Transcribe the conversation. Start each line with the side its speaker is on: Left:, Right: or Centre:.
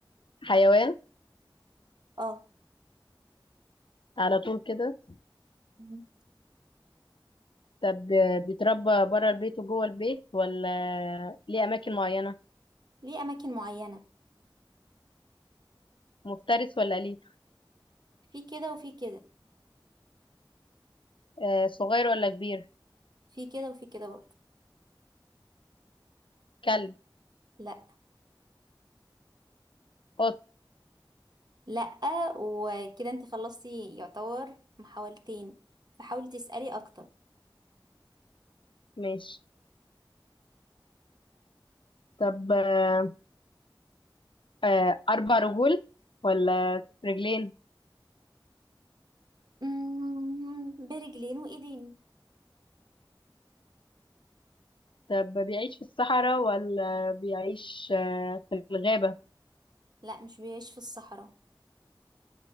Left: حيوان
Right: اه
Left: على طول كده
Right: مم.
Left: طب آه، بيتربى بره البيت وجوه البيت ولا ليه اماكن معينه
Right: ليه اماكن معينة
Left: مفترس ولا اليف
Right: في كده وفي كده
Left: آه صغير ولا كبير
Right: في كده وفي كده برضه
Left: كلب
Right: لا
Left: قط
Right: لأ وكده انت خلصتي يعتبر محاولتين فحاولي تسألي أكتر
Left: ماشي طب آه آه اربع رجول ولا رجلين
Right: مم، برجلين وإيدين
Left: طب بيعيش في الصحراء ولا بيعيش آه في الغابه
Right: لأ مش بيعيش في الصحراء